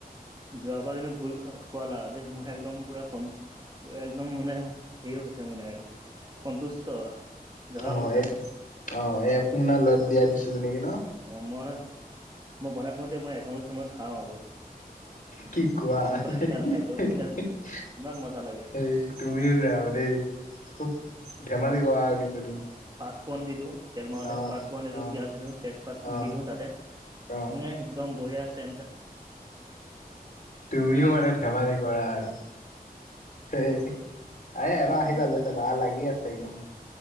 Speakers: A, on the right; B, on the left.
A: যোৱাবা কিন্ত ভুল খু-খুৱালা দেই। মই একদম পুৰা <unintelligible> পুৰা একদম মানে হেৰি হৈ গৈছে মোৰ <unintelligible> সন্তুষ্ট। জহা
B: অঁ'
A: ভুল তাতে
B: এক অঁ' এক <unintelligible> দিছিলো নেকি ন?
A: অঁ' মই, মই বনাই থাকোতে মই এচামুচ-দুচামুচ খাওঁ আকৌ।
B: কি কোৱা।
A: উপায়
B: সেই
A: নাই একদম মানে ইমান মজা লাগে
B: তুমিও যে আৰু দেই, খুব ধেমালি কৰা আৰু কিন্তু তুমি।
A: পাঁচপোৰণ দি দিওঁ তেল মাৰোতে,
B: অ
A: পাঁচপণ দি দিও,
B: অ
A: পিয়াজ দি দিওঁ, তেজপাত
B: অ
A: দি দিওঁ তাতে।
B: অ
A: উ একদম বঢিয়া চে
B: তুমিও মানে ধেমালি কৰা আৰু। এ এবাৰ আহিবা
A: উম,
B: লৈ যাবা আৰু লাগি আছে একদম।